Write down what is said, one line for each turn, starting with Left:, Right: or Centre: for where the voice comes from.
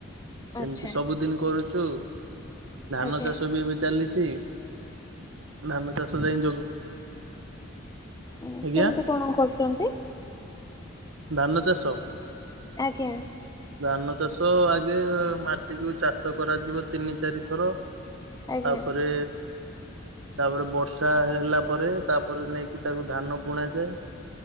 Right: ସେମିତି
Left: ଆଚ୍ଛା
Right: ସବୁଦିନ କରୁଛି କନ୍ତୁ ଧାନ
Left: ଆଜ୍ଞା
Right: ଚାଷ ବି ଏବେ ଚାଲିଛି। ଧାନ ଚାଷ ଯାଇଁ ଯୋଗ
Left: ଉ
Right: ଆଜ୍ଞା
Left: କେମିତି କଣ କରୁଛନ୍ତି?
Right: ଧାନ ଚାଷ
Left: ଆଜ୍ଞା।
Right: ଧାନ ଚାଷ ଆଗେ ମାଟି କୁ ଚାଷ କରାଯିବ ତିନି ଚାରିଥର
Left: ଆଜ୍ଞା
Right: ତାପରେ ତାପରେ ବର୍ଷା ହେଲା ପରେ ତାପରେ ନେଇକି ତାକୁ ଧାନ ବୁଣା ଯାଏ।